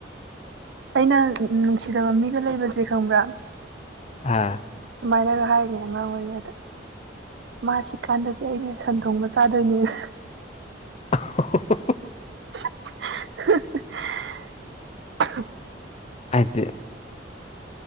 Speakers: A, on the right (about 70°); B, on the left (about 35°).
A: ꯑꯩꯅ ꯅꯨꯡꯁꯤꯗꯕ ꯃꯤꯒ ꯂꯩꯕꯁꯦ ꯈꯪꯕ꯭ꯔꯥ
B: ꯍꯥ
A: ꯁꯨꯃꯥꯏꯅ ꯍꯥꯏꯔꯤꯅꯤ ꯑꯉꯥꯡ ꯑꯣꯏꯔꯤꯉꯩꯗ ꯃꯥꯁꯤ ꯀꯥꯟꯗꯗꯤ ꯑꯩꯅ ꯁꯟ ꯊꯣꯡꯕ ꯆꯥꯗꯣꯏꯅꯦ
B: <unintelligible>
A: <unintelligible>
B: ꯍꯥꯏꯗꯤ